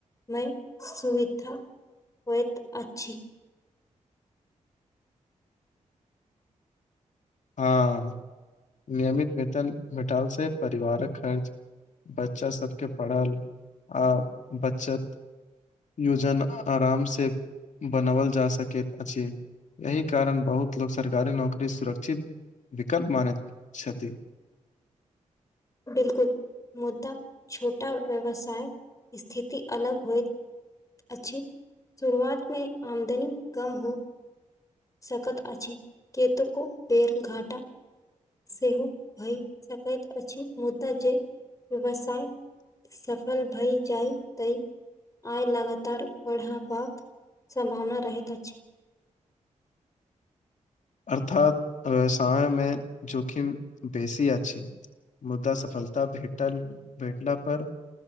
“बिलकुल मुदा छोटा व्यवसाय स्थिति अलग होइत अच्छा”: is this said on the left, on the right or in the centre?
Left